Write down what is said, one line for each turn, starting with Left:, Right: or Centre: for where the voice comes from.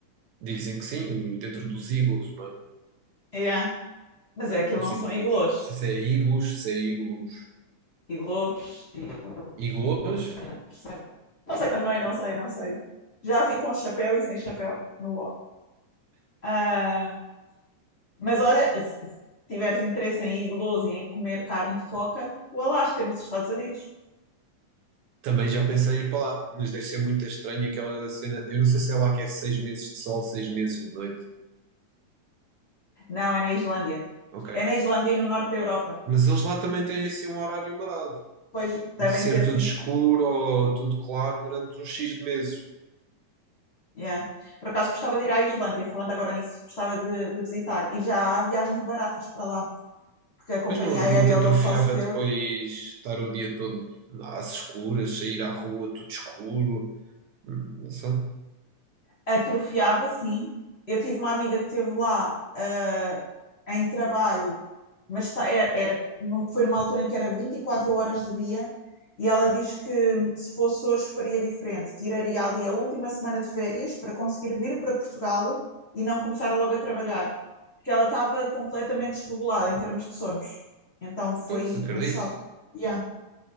Right: Dizem que sim, o- dentro dos iglus, não é?
Left: Yeah. Mas é que não
Right: Os iglus.
Left: são iglôs.
Right: Não sei se é iglus, se é iglus.
Left: Iglôs. iglôs.
Right: Iglus?
Left: sei. Não sei também,
Right: Ok.
Left: não sei, não sei. Já vi com chapéu e sem chapéu no O. Ah, Mas olha, se se tiveres interesse em iglós e em comer carne de foca, o Alasca, nos Estados Unidos.
Right: Também já pensei em ir para lá, mas deve ser muito estranho aquela cena. Eu não sei se é lá que é seis meses de sol, seis meses de noite.
Left: Não, é na Islândia.
Right: Ok.
Left: É na Islândia e no norte da Europa.
Right: Mas eles lá também têm assim um horário marado,
Left: Pois devem
Right: de ser
Left: ter,
Right: tudo
Left: sim.
Right: escuro ou tudo claro durante uns X de meses.
Left: Yeah. Por acaso gostava de ir à Islândia, falando agora nisso, gostava de, de visitar. E já há viagens baratas para lá, porque a companhia
Right: Mas não,
Left: aérea
Right: não te atrofiava
Left: low cost dele
Right: depois estar o dia todo às escuras, sair à rua tudo escuro? Hum, Não sei.
Left: atrofiava, sim. Eu tive uma amiga que esteve lá ah, em trabalho mas tá- era, era- foi numa altura em que era 24 horas de dia e ela diz que se fosse hoje faria diferente, tiraria ali a última semana de férias para conseguir vir para Portugal e não começar logo a trabalhar, porque ela estava completamente desregulada em termos de sonos. Então foi
Right: Pois, acredito.
Left: um choque. Yeah,